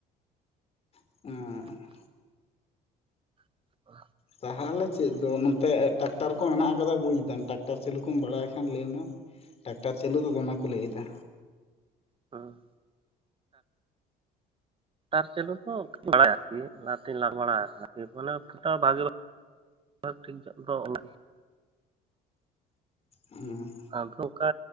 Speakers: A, on the left; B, on the right.
A: <unintelligible>
B: <inaudible>
A: ᱛᱟᱦᱟᱞᱮ ᱪᱮᱫ ᱫᱚ ᱱᱚᱛᱮ ᱴᱮᱠᱴᱟᱨ ᱠᱚ ᱦᱮᱱᱟᱜ ᱟᱠᱟᱫᱟ ᱵᱩᱡᱽ ᱮᱟᱢ ᱴᱨᱟᱠᱴᱟᱨ ᱪᱟᱹᱞᱩ ᱠᱚᱢ ᱵᱟᱲᱟᱭ ᱠᱷᱟᱱ ᱞᱟᱹᱭᱢᱮ ᱴᱟᱠᱴᱟᱨ ᱪᱟᱹᱞᱩ ᱫᱚ ᱫᱚᱢᱮ ᱠᱚ ᱞᱟᱹᱭᱮᱫᱟ
B: <unintelligible> ᱴᱟᱨ ᱪᱟᱹᱞᱩ ᱫᱚ ᱵᱟᱲᱟᱭᱟ ᱠᱤ ᱞᱟᱦᱟᱛᱮᱧ ᱞᱟᱜᱟ ᱵᱟᱲᱟ ᱟᱠᱟᱫᱟ ᱡᱚᱠᱷᱚᱱᱮᱢ ᱠᱷᱟᱴᱟᱜᱼᱟ ᱵᱷᱟᱜᱤ ᱵᱷᱟᱵ <unintelligible> <unintelligible>
A: ᱩᱸ
B: ᱟᱫᱚ ᱚᱱᱠᱟ